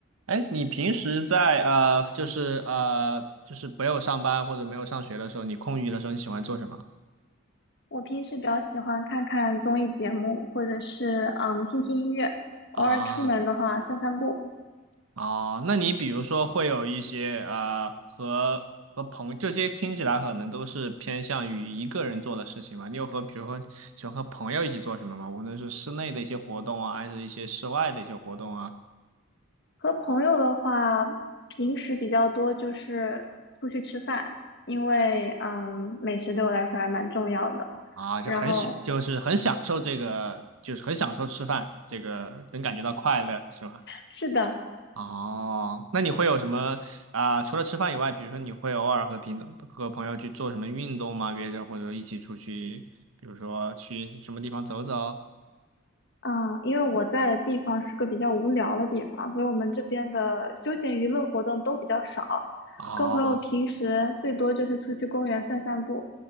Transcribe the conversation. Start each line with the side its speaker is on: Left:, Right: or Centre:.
Right: 哎，你平时在呃，就是呃，就是没有上班或者没有上学的时候，你空余的时候你喜欢做什么
Left: 我平时比较喜欢看看综艺节目，或者是嗯听听音乐，
Right: 啊？
Left: 偶尔出门的话散散步。
Right: 哦，那你比如说会有一些呃和和朋友，这些听起来可能都是偏向于一个人做的事情嘛？你有和比如说喜欢和朋友一起做什么吗？无论是室内的一些活动啊，还是一些室外的一些活动啊，
Left: 和朋友的话，平时比较多就是出去吃饭，因为嗯美食对我来说还蛮重要的。
Right: 啊，就很喜就是很享受这个，
Left: 然后
Right: 就是很享受吃饭，这个能感觉到快乐，是吧？
Left: 是的，
Right: 哦，那你会有什么啊、除了吃饭以外，比如说你会偶尔和平和朋友去做什么运动吗？约着或者一起出去，比如说去什么地方走走？
Left: 嗯，因为我在的地方是个比较无聊的地方，所以我们这边的休闲娱乐活动都比较少，
Right: 哦，
Left: 跟朋友平时最多就是出去公园散散步。